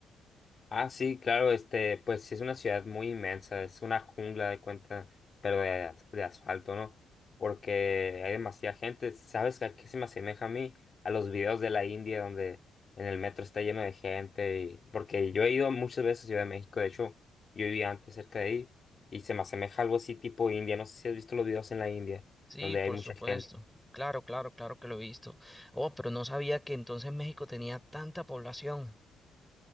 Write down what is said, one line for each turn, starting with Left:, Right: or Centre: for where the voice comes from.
Left: Ah, sí, claro, este, pues sí es una ciudad muy inmensa, es una jungla de cuenta, pero de, as- de asfalto, ¿no? Porque hay demasiada gente. ¿Sabes a qué se me asemeja a mí? A los videos de la India donde en el metro está lleno de gente. y- porque yo he ido muchas veces a Ciudad de México, de hecho, yo vivía antes cerca de ahí y se me asemeja a algo así tipo India. No sé si has visto los videos en la India,
Centre: Sí,
Left: donde
Centre: por
Left: hay mucha
Centre: supuesto.
Left: gente.
Centre: Claro, claro, claro que lo he visto. Oh, pero no sabía que entonces México tenía tanta población.